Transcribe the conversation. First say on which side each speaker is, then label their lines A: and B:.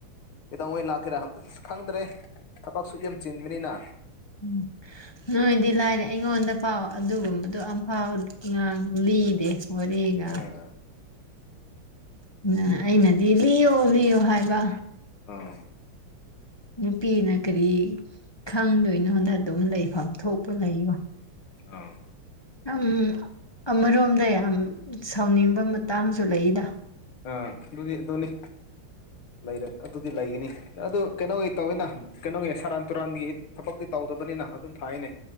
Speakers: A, on the left; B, on the left.
A: ꯀꯩꯗꯧꯉꯩ ꯂꯥꯛꯀꯦꯔꯥ ꯍꯪꯕꯗ ꯑꯁ ꯈꯪꯗ꯭ꯔꯦ ꯊꯕꯛꯁꯨ ꯌꯥꯝ ꯆꯤꯟꯕꯅꯤꯅ
B: ꯎꯝ ꯅꯣꯏꯗꯤ ꯂꯥꯏꯔꯦ ꯑꯩꯉꯣꯟꯗ ꯑꯝꯐꯥꯎ ꯑꯗꯨꯒꯨꯝꯕꯗꯣ ꯑꯝꯐꯥꯎ ꯉꯥꯡ ꯂꯤꯗꯦ ꯋꯥꯔꯤꯒ
A: ꯑꯥ
B: ꯅ ꯑꯩꯅꯗꯤ ꯂꯤꯌꯣ ꯂꯤꯌꯣ ꯍꯥꯏꯕ
A: ꯑꯥ
B: ꯅꯨꯄꯤꯅ ꯀꯔꯤ ꯈꯪꯗꯣꯏꯅꯣꯗ ꯑꯗꯨꯝ ꯂꯩꯐꯝ ꯊꯣꯛꯄ ꯂꯩꯌꯣ
A: ꯑꯥ
B: ꯑꯝ ꯑꯃꯔꯣꯝꯗ ꯌꯥꯝ ꯁꯥꯎꯅꯤꯡꯕ ꯃꯇꯥꯡꯁꯨ ꯂꯩꯗ
A: ꯑꯥ ꯑꯗꯨꯗꯤ ꯑꯗꯨꯅꯤ ꯂꯩꯔꯦ ꯑꯗꯨꯗꯤ ꯂꯩꯒꯅꯤ ꯑꯗꯨ ꯀꯩꯅꯣꯋꯩ ꯇꯧꯋꯤꯅ ꯀꯩꯅꯣꯒꯤ ꯁꯔꯥꯟ ꯇꯨꯔꯥꯟꯒꯤ ꯊꯕꯛꯇꯤ ꯇꯧꯗꯕꯅꯤꯅ ꯑꯗꯨꯝ ꯐꯥꯏꯅꯦ